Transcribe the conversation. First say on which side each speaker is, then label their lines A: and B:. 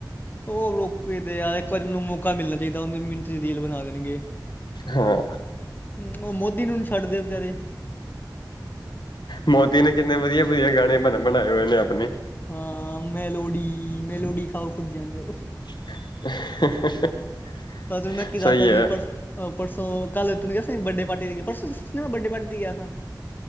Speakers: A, on the left; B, on the left.
A: ਉਹ ਲੋਕ ਦੇ ਯਾਰ ਇੱਕ ਵਾਰੀਨ ਨੂੰ ਮੌਕਾ ਮਿਲਣਾ ਚਾਹੀਦਾ। ਉਹ ਮਿਹਨਤ ਰੀਲ ਬਣਾ ਦੇਣਗੇ।
B: ਹਾਂ।
A: ਹੂੰ ਉਹ ਮੋਦੀ ਨੂੰ ਨ ਛੱਡਦੇ ਵਿਚਾਰੇ।
B: ਮੋਦੀ ਨੇ ਕਿੰਨੇ ਵਧੀਆ-ਵਧੀਆ ਗਾਣੇ ਬਣ ਬਣਾਏ ਹੋਏ ਨੇ ਆਪਣੇ।
A: ਹਾਂ, ਮੈਲੋਡੀ-ਮੈਲੋਡੀ ਖਾਓ ਖੁਦ ਜਾਣ ਜਾਓ।
B: <inaudible>
A: ਅਧ ਮੈਂ ਕੀ
B: ਸਹੀ
A: ਦੱਸਦਾ ਸੀ
B: ਹੈ
A: ਪਰ ਪਰਸੋਂ ਕੱਲ ਇ ਕਿਹਾ ਸੀ ਬੱਡੇ ਪਾਰਟੀ ਦੀ ਪਰਸੋਂ ਦੱਸਿਆ ਸੀ ਮੈਂ ਵੱਡੇ ਪਾਰਟੀ ਤੇ ਗਿਆ ਸਾਂ।